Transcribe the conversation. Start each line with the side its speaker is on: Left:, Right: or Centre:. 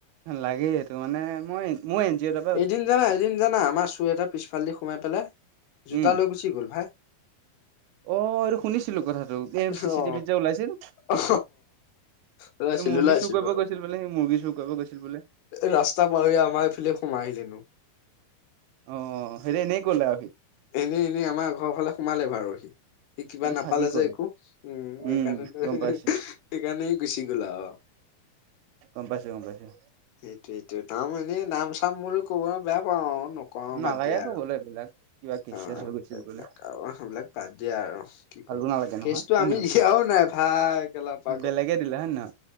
Right: লাগে এইটো মানে মই মই ইঞ্জিঅ এটা পা
Left: এদিন জানা -এদিন জানা আমাৰ চুৰ এটা পিছফালদি সোমাই পেলে জোতা
Right: উম
Left: লৈ গুচি গ'ল ভাই।
Right: অ', এইটো শুনিছিলোঁ কথাটো এ চি-চি
Left: অ
Right: টিভিত যে ওলাইছিল।
Left: অ ওলাইছিলো
Right: এ মুৰ্গী
Left: ওলাইছিলো
Right: চুৰ কৰিব গৈছিল বোলে সি মুৰ্গী চুৰ কৰিব গৈছিল বোলে।
Left: ৰাস্তা পাহৰি আমাৰ এইফালে সোমাই আহিলেনো।
Right: অ', হেতু এনেই কলে আৰু সি।
Left: এনে -এনে আমাৰ ঘৰৰ ফালে সোমালে বাৰু সি -সি কিবা
Right: এইটো
Left: নাপালে
Right: ফাঁকি ক'লে
Left: যে একো। উম,
Right: উম
Left: এইকাৰনেটো <unintelligible>
Right: গম পাইছো
Left: সেইকাৰনে ই গুচি গ'ল আও।
Right: গম পাইছোঁ-গম পাইছোঁ।
Left: সেইটোয়েইটো নাম এনেই নাম চাম বুলি ক'ব বেয়া পাওঁ আৰু। নকওঁ
Right: নালাগে
Left: বাদ দিয়া আৰু
Right: কবলৈ এইবিলাক কিবা কেস ছেচ
Left: অ
Right: হৈ গৈছিল বোলে।
Left: এইবিলাক আৰু সেইবিলাক বাদ দিয়ে আৰু কি
Right: ভালতো
Left: কৰিব।
Right: নালাগে নহয়
Left: কেচটো
Right: হয়
Left: আমি
Right: নে নহয়
Left: দিয়াও নাই ভাই কেলা পাগল
Right: বেলেগে দিলে হ'য় নাই বাৰু?